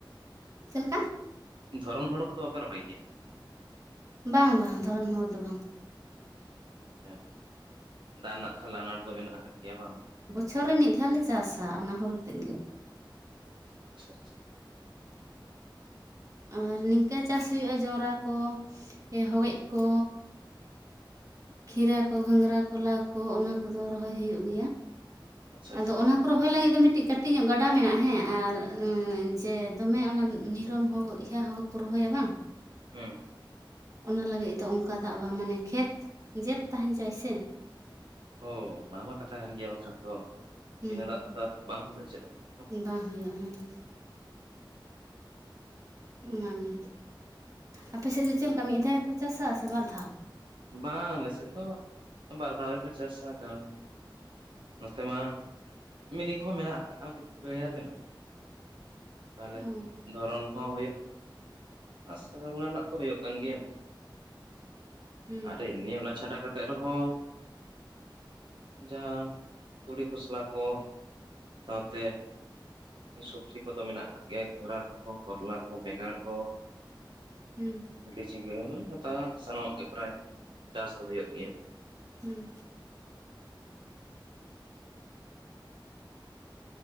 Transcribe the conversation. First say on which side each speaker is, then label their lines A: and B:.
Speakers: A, on the right (about 40°); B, on the right (about 75°).
A: ᱪᱮᱫ ᱞᱮᱠᱟ?
B: ᱫᱷᱚᱨᱚᱱ ᱦᱳᱲᱳ ᱠᱚᱫᱚ ᱵᱟᱯᱮ ᱨᱚᱦᱚᱭ ᱜᱮᱭᱟ?
A: ᱵᱟᱝ ᱵᱟᱝ ᱫᱷᱚᱨᱚᱱ ᱦᱳᱲᱳ ᱫᱚ ᱵᱟᱝ ᱾
B: ᱦᱮ ᱫᱟᱜ ᱨᱮᱱᱟᱜ ᱛᱟᱞᱦᱮ ᱟᱱᱟᱴ ᱫᱚ ᱢᱮᱱᱟᱜ ᱟᱠᱟᱫ ᱜᱮᱭᱟ ᱵᱟᱝ?
A: ᱪᱷᱚᱨ ᱨᱮ ᱢᱤᱫ ᱫᱷᱟᱣ ᱞᱮ ᱪᱟᱥᱟ ᱚᱱᱟ ᱦᱳᱲᱳ ᱛᱮᱫ ᱜᱮ ᱾
B: ᱟᱪᱪᱷᱟ ᱟᱪᱪᱷᱟ
A: ᱟᱨ ᱱᱤᱝᱠᱟᱹ ᱪᱟᱥ ᱦᱩᱭᱩᱜᱼᱟ ᱡᱚᱱᱨᱟ ᱠᱚ, ᱦᱚᱲᱮᱡ ᱠᱚ, ᱠᱷᱤᱨᱟ ᱠᱚ, ᱜᱷᱟᱸᱝᱨᱟ ᱠᱚ, ᱞᱟᱹᱣ ᱠᱚ ᱚᱱᱟ ᱠᱚᱫᱚ ᱨᱚᱦᱚᱭ ᱦᱩᱭᱩᱜ ᱜᱮᱭᱟ ᱾
B: ᱟᱪᱪᱷᱟ ᱟᱪᱪᱷᱟ
A: ᱟᱫᱚ
B: ᱟᱪᱪᱷᱟ ᱟᱪᱪᱷᱟ
A: ᱚᱱᱟ ᱠᱚᱨᱮ ᱨᱚᱦᱚᱭ ᱞᱟᱹᱜᱤᱫ ᱫᱚ ᱢᱤᱫᱴᱤᱡ ᱠᱟᱹᱴᱤᱡ ᱧᱚᱜ ᱜᱟᱰᱟ ᱢᱮᱱᱟᱜ-ᱟ ᱦᱮᱸ ᱟᱨ ᱡᱮ ᱫᱚᱢᱮ ᱚᱱᱟ ᱱᱤᱨᱚᱱ ᱦᱳᱲᱳ ᱤᱭᱟᱹ ᱦᱳᱲᱳ ᱠᱚ ᱨᱚᱦᱚᱭᱟ ᱵᱟᱝ?
B: ᱦᱮᱸ
A: ᱚᱱᱟ ᱞᱟᱹᱜᱤᱫ ᱫᱚ ᱚᱱᱠᱟ ᱫᱟᱜ ᱵᱟᱝ ᱢᱟᱱᱮ ᱠᱷᱮᱛ ᱡᱮᱫ ᱛᱟᱦᱮᱱ ᱪᱟᱹᱭ ᱥᱮ?
B: ᱚ ᱚᱱᱟ ᱢᱟ ᱠᱟᱛᱷᱟ ᱠᱟᱱ ᱜᱮᱭᱟ ᱵᱟᱝᱠᱷᱟᱱ ᱫᱚ
A: ᱦᱩᱸ
B: ᱤᱱᱟᱹ ᱫᱟᱜ ᱛᱮ ᱫᱚ ᱵᱟᱝ ᱦᱩᱭᱩᱜ-ᱟ ᱪᱮᱫ ᱾
A: ᱵᱟᱝ ᱦᱩᱭᱩᱜᱼᱟ ᱦᱮᱸ ᱾ ᱚᱱᱟᱜᱮ ᱟᱯᱮᱥᱮᱜ ᱫᱚ ᱪᱮᱫᱞᱮᱠᱟ ᱢᱤᱫ ᱫᱷᱟ ᱜᱮ ᱠᱚ ᱪᱟᱥᱟ ᱥᱮ ᱵᱟᱨ ᱫᱷᱟ?
B: ᱵᱟᱝ ᱟᱞᱮ ᱥᱮᱫ ᱫᱚ ᱵᱟᱨ ᱫᱷᱟᱣ ᱜᱮᱠᱚ ᱪᱟᱥᱟ ᱠᱟᱨᱚᱱ, ᱱᱚᱛᱮ ᱢᱟ ᱢᱤᱱᱤ ᱠᱚ ᱦᱚᱸ ᱢᱮᱱᱟᱜ ᱟᱠᱟᱜᱼᱟ ᱫᱩᱯ ᱯᱮᱭᱮ ᱨᱮ ᱾ ᱛᱟᱞᱦᱮ
A: ᱚ
B: ᱫᱷᱚᱨᱚᱱ ᱦᱚᱸ ᱦᱳᱭᱳᱜ ᱟᱨ ᱥᱟᱨᱟ ᱵᱩᱱᱟ ᱱᱟᱜ ᱠᱚ ᱦᱳᱭᱳᱜ ᱠᱟᱱ ᱜᱮᱭᱟ ᱾
A: ᱦᱩᱸ
B: ᱟᱨᱮ ᱮᱢᱱᱤ ᱚᱱᱟ ᱪᱷᱟᱰᱟ ᱠᱟᱛᱮᱜ ᱨᱮᱦᱚᱸ ᱡᱟᱦᱟᱸ ᱛᱩᱲᱤ ᱠᱷᱚᱥᱞᱟ ᱠᱚ ᱥᱟᱶᱛᱮ ᱼᱼᱼ ᱥᱚᱵᱽᱡᱤ ᱠᱚᱫᱚ ᱢᱮᱱᱟᱜ ᱠᱟᱫ ᱜᱮᱭ ᱠᱚᱷᱨᱟ ᱠᱚᱦᱚᱸ ᱠᱚᱨᱚᱞᱟ ᱠᱚ ᱵᱮᱸᱜᱟᱲ ᱠᱚ ᱾
A: ᱦᱩᱸ
B: ᱵᱷᱤᱲᱤ ᱡᱷᱤᱸᱜᱟᱹ ᱦᱚᱛᱟᱥ ᱥᱟᱱᱟᱢᱚᱜ ᱜᱮ ᱯᱨᱟᱭ ᱪᱟᱥ ᱫᱚ ᱦᱳᱭᱳᱜ ᱜᱮᱭᱟ ᱾
A: ᱦᱩᱸ